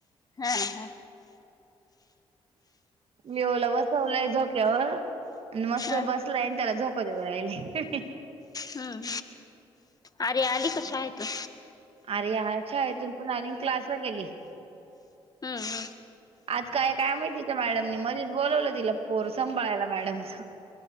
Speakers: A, on the left; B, on the right.
A: हा ह
B: येवला बसवलंय झोक्यावर आणि मस्त
A: हम्म
B: बसलाय त्याला झोका देवू राहिली.
A: हम्म अरे आली का शाळेतून
B: अरे शाळेतून पण आली अन क्लासला गेली.
A: हम्म हम्
B: आज काय काय माहिती तिच्या मॅडमनी मधीच बोलवलं तिला पोर सांभाळायला मॅडमचं